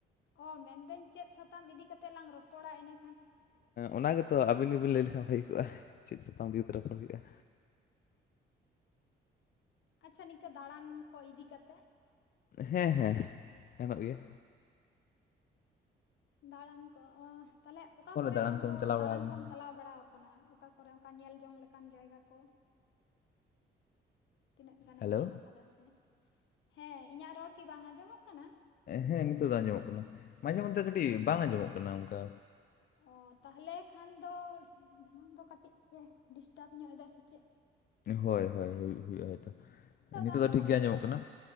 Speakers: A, on the left (about 70°); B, on the left (about 50°).
A: ᱚ ᱢᱮᱱ ᱤᱫᱟᱹᱧ ᱪᱮᱫ ᱥᱟᱛᱟᱢ ᱤᱫᱤ ᱠᱟᱛᱮᱫ ᱞᱟᱝ ᱨᱚᱯᱚᱲᱟ ᱤᱱᱟᱹ
B: ᱚᱱᱟ ᱜᱮᱛᱚ ᱟᱹᱵᱤᱱ ᱜᱮ ᱵᱤᱱ ᱞᱟᱹᱭ ᱞᱮᱠᱷᱟᱱ ᱵᱷᱟᱹᱜ ᱠᱚᱜᱼᱟ ᱪᱮᱫ ᱥᱟᱛᱟᱢ ᱤᱫᱤ ᱠᱟᱛᱮ ᱨᱚᱯᱚᱲ <unintelligible>
A: ᱟᱪᱪᱷᱟ ᱱᱤᱝᱠᱟᱹ ᱫᱟᱲᱟᱱ ᱠᱚ ᱤᱫᱤ ᱠᱟᱛᱮᱫ
B: ᱦᱮᱸ ᱦᱮᱸ ᱜᱟᱱᱚᱜ ᱜᱮᱭᱟ
A: ᱫᱟᱲᱟᱱ ᱠᱚ ᱛᱟᱞᱦᱮ ᱚᱠᱟ ᱠᱚᱨᱮ
B: ᱫᱟᱬᱟᱱ
A: ᱟᱢᱫᱚ
B: ᱠᱚᱢ ᱪᱟᱞᱟᱣ
A: ᱫᱟᱲᱟᱱ
B: ᱵᱟᱲᱟ ᱟᱠᱟᱱᱟ
A: ᱠᱚᱢ ᱪᱟᱞᱟᱣ ᱵᱟᱲᱟᱣ <unintelligible> ᱠᱟᱱᱟ ᱚᱠᱟ ᱠᱚᱨᱮ ᱚᱝᱠᱟᱱ ᱧᱮᱞ ᱡᱚᱝ ᱞᱮᱠᱟᱱ ᱡᱟᱭᱜᱟ ᱠᱚ ᱛᱤᱱᱟᱹᱜ ᱜᱟᱱ
B: ᱦᱮᱞᱳ
A: ᱮᱢ ᱧᱮᱞ ᱟᱠᱟᱫᱟ ᱥᱮ ᱦᱮᱸ ᱤᱧᱟᱹᱜ ᱨᱚᱲ ᱠᱤ ᱵᱟᱝ ᱟᱸᱡᱚᱢᱼᱚᱜ ᱠᱟᱱᱟ
B: ᱦᱮᱸ ᱱᱤᱛᱚᱜ ᱫᱚ ᱟᱸᱡᱚᱢᱼᱚᱜ ᱠᱟᱱᱟ ᱢᱟᱡᱷᱮ ᱢᱚᱫᱫᱷᱮ ᱠᱟᱹᱴᱤᱡ
A: ᱞᱟᱹᱭ
B: ᱵᱟᱝ ᱟᱸᱡᱚᱢ-ᱚᱜ ᱠᱟᱱᱟ ᱚᱱᱠᱟ
A: ᱚ ᱛᱟᱦᱚᱞᱮ ᱠᱷᱟᱱ ᱫᱚ ᱵᱟᱝ ᱫᱚ ᱠᱟᱹᱴᱤᱡ ᱮ ᱰᱤᱥᱴᱟᱵ ᱧᱚᱜ ᱮᱫᱟ ᱥᱮ ᱪᱮᱫ
B: ᱦᱳᱭ ᱦᱳᱭ ᱦᱩᱭᱩᱜᱼᱟ ᱦᱳᱭ ᱛᱳ ᱱᱤᱛᱚᱜ
A: ᱟᱸᱡᱚᱢᱚᱜ
B: ᱫᱚ ᱴᱷᱤᱠ ᱜᱮ
A: ᱠᱟᱱ
B: ᱟᱸᱡᱚᱢᱼᱚᱜ
A: ᱜᱮᱭᱟ
B: ᱠᱟᱱᱟ
A: ᱥᱮ